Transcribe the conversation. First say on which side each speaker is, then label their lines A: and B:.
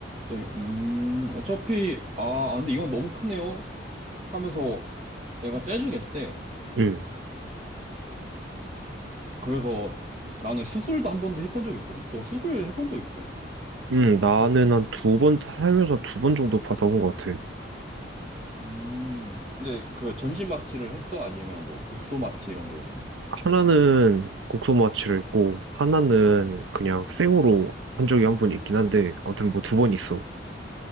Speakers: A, on the right; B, on the right.
A: 또, 음, 어차피, 아, 아, 근데 이건 너무 크네요. 하면서 얘가 째주겠대.
B: 음,
A: 그래서 나는 수술도 한 번도 해본 적이 없거든? 너 수술 해본 적 있어?
B: 음, 나는 한 두 번, 살면서 두 번 정도 받아본 것 같아.
A: 음, 근데 그 전신 마취를 했어? 아니면 뭐 국소 마취 이런 거 했어?
B: 하나는 국소마취를 했고, 하나는 그냥 생으로 한 적이 한 번 있긴 한데, 아무튼 뭐 두 번
A: 어.
B: 있어.